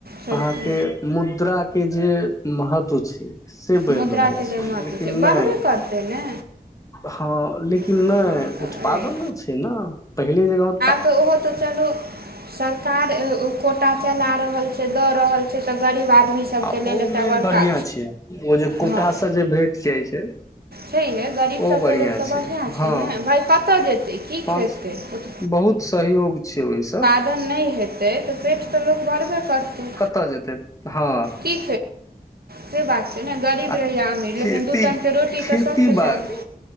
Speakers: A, on the right; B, on the left.
A: चलतै
B: अहाँके मुद्राके जे महत्व छै। से बढ़ि
A: मुद्राके
B: रहल छै।
A: जे महत्व
B: लेकिन
A: छै बढ़बे
B: नहि
A: करतै ने
B: हँ, लेकिन
A: ओ
B: नहि
A: तऽ
B: उत्पादन
A: अइ
B: छै। ना पहिले जगह
A: अहो, तऽ सरकारो कोटा चला रहल छै, दर दे रहल छै। रहल छै। तऽ गरीब आदमी सबके
B: आ
A: लेल
B: ओ
A: एकटा
B: मेन
A: बड़का
B: बढ़िआँ छै, ओ जे कोटामे
A: हँ
B: जे भेट जाइ छै।
A: छैहे गरीब
B: ओ
A: सभके
B: बढ़िया
A: लेल तऽ बढ़िआँ छै
B: हँ
A: ने, भाय, कतऽ जेतै, की
B: पाँच
A: खैतै ओ?
B: बहुत सहयोग छै। ओहि से
A: नहि हेतै तऽ पेट तऽ लोक भरबे करतै।
B: कतऽ जेतै हँ
A: की से बात छै ने, गरीब
B: आ
A: रहै या अमीर,
B: खेती
A: दुइ टाइमके रोटी।
B: खेती
A: तऽ सबके
B: बारी
A: चाही